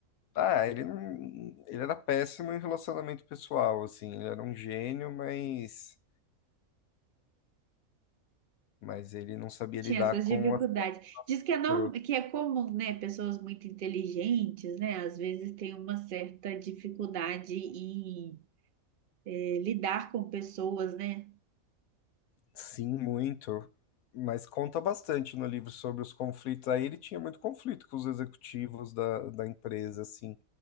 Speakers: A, on the left; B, on the right.
A: Ah, ele não, ele era péssimo em relacionamento pessoal, assim. Ele era um gênio, mas, mas ele não sabia
B: Tinha
A: lidar
B: essas
A: com
B: dificuldades.
A: as
B: Diz que
A: pessoas.
B: é, norm- que é comum, né? Pessoas muito inteligentes, né? Às vezes tem uma certa dificuldade em eh, lidar com pessoas, né?
A: Sim, muito. Mas conta bastante no livro sobre os conflitos. Aí ele tinha muito conflito com os executivos da, da empresa, assim.